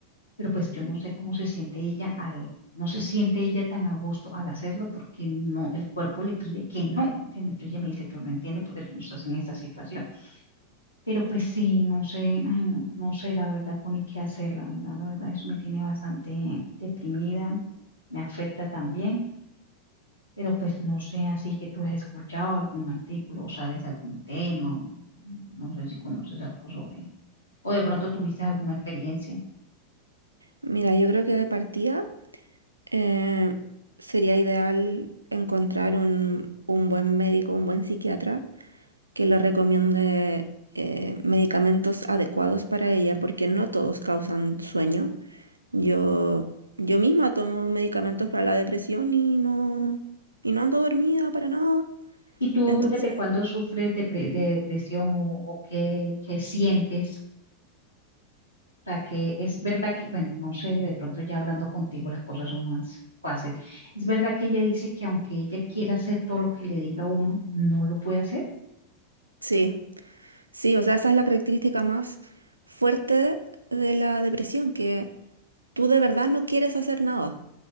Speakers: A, on the left; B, on the right.
A: pero pues yo no sé cómo se siente ella al, no se siente ella tan a gusto al hacerlo porque no, el cuerpo le pide que no, ¿entiendes? Entonces ella me dice, tú no entiendes porque tú no estás en esta situación. Pero pues sí, no sé, ay, no, no sé la verdad con qué hacer, la verdad, la verdad, eso me tiene bastante deprimida, me afecta también, pero pues no sé, así que tú has escuchado algún artículo o sabes algún tema, o no sé si conoces algo sobre, o de pronto tuviste alguna experiencia.
B: Mira, yo creo que de partida eh, sería ideal encontrar un, un buen médico, un buen psiquiatra que le recomiende eh, medicamentos adecuados para ella, porque no todos causan sueño. Yo, yo misma tomo medicamentos para la depresión y no, y no ando dormida para nada.
A: ¿Y tú
B: Entonces,
A: desde cuándo sufres de, pre- de depresión o, o qué, qué sientes? O sea, que es verdad que, bueno, no sé, de pronto ya hablando contigo las cosas son más fáciles. Es verdad que ella dice que aunque ella quiera hacer todo lo que le diga uno, no lo puede hacer.
B: sí, sí, o sea, esa es la característica más fuerte de la depresión, que tú de verdad no quieres hacer nada.